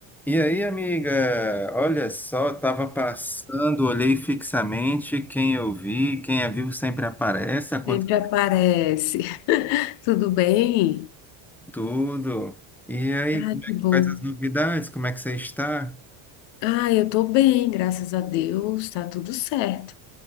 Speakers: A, in the centre; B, on the left (about 70°).
A: E aí, amiga? Olha só, tava passando, olhei fixamente quem eu vi, quem é vivo sempre aparece, acontece
B: Sempre aparece. <laughs> Tudo bem?
A: tudo. E aí,
B: Ai,
A: como
B: que
A: é que
B: bom.
A: faz as novidades? Como é que você está?
B: Ah, eu tô bem, graças a Deus, tá tudo certo.